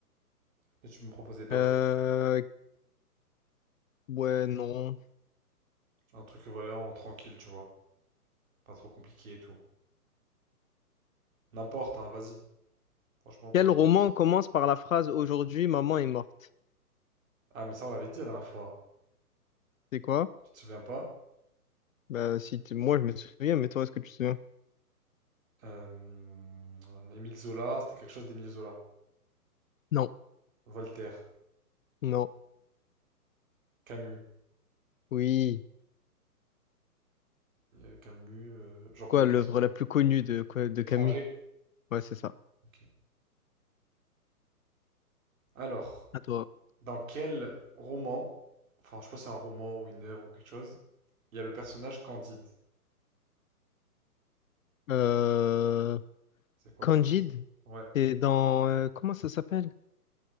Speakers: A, on the right; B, on the left.
A: Et tu peux me proposer d'autres.
B: Euh, ouais, non.
A: Un truc vraiment tranquille, tu vois. Pas trop compliqué et tout. N'importe, hein, vas-y. Franchement, peu
B: Quel
A: importe.
B: roman commence par la phrase Aujourd'hui, maman est morte?
A: Ah, mais ça, on l'avait dit la dernière fois.
B: C'est quoi?
A: Tu te souviens pas?
B: Bah, si tu- moi, je me souviens, mais toi, est-ce que tu te souviens?
A: Euh, euh, Émile Zola, c'était quelque chose d'Émile Zola.
B: Non.
A: Voltaire,
B: Non.
A: Camus.
B: Oui.
A: Euh, Camus, euh, j'en connais
B: Quoi, l'œuvre
A: qu'un seul.
B: la plus connue de, quoi, de
A: L'étranger.
B: Camus? Ouais, c'est ça.
A: Ok. Alors,
B: À toi.
A: Dans quel roman, enfin je sais pas si c'est un roman ou une œuvre ou quelque chose, il y a le personnage Candide.
B: Euh,
A: C'est quoi
B: Candide,
A: tu penses? Ouais.
B: c'est dans... euh, comment ça s'appelle?